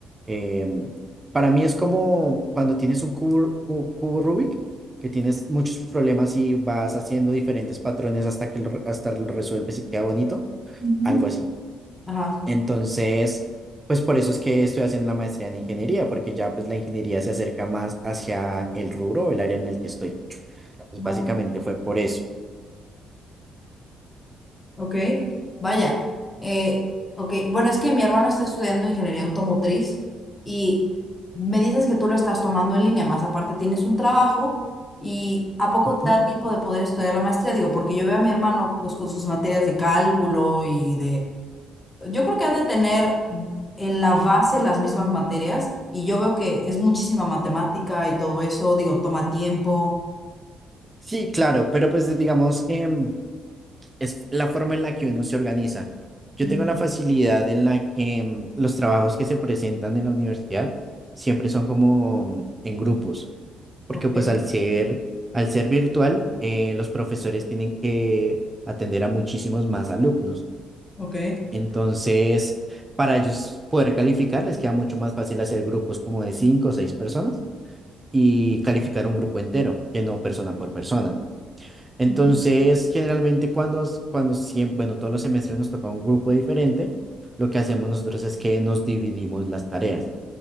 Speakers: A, on the right (about 20°); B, on the left (about 20°).
A: em, para mí es como cuando tienes un cubo, cu- cubo Rubik, que tienes muchos problemas y vas haciendo diferentes patrones hasta que lo, re- hasta lo resuelves y queda bonito,
B: Ujú.
A: algo así.
B: Ajá.
A: Entonces, pues por eso es que estoy haciendo la maestría en ingeniería, porque ya pues la ingeniería se acerca más hacia el rubro o el área en el que estoy. Pues básicamente
B: Ajá.
A: fue por eso.
B: Ok, vaya. Eh, ok, bueno, es que mi hermano está estudiando ingeniería automotriz y me dices que tú lo estás tomando en línea, más aparte tienes un trabajo y ¿a poco
A: Ujú.
B: te da tiempo de poder estudiar la maestría? Digo, porque yo veo a mi hermano pues con sus materias de cálculo y de... Yo creo que ha de tener en la base las mismas materias y yo veo que es muchísima matemática y todo eso, digo, toma tiempo.
A: Sí, claro, pero pues digamos que... em, es la forma en la que uno se organiza. Yo
B: Mm,
A: tengo la facilidad en la que mm, los trabajos que se presentan en la universidad siempre son como mm, en grupos, porque
B: Ok,
A: pues al ser, al ser virtual, eh, los profesores tienen que atender a muchísimos más alumnos.
B: ok.
A: Entonces, para ellos poder calificar, les queda mucho más fácil hacer grupos como de cinco o seis personas y calificar un grupo entero, que no persona por persona. Entonces,
B: Ujú.
A: generalmente cuando, s- cuando siempre, bueno, todos los semestres nos toca un grupo diferente, lo que hacemos nosotros es que nos dividimos las tareas.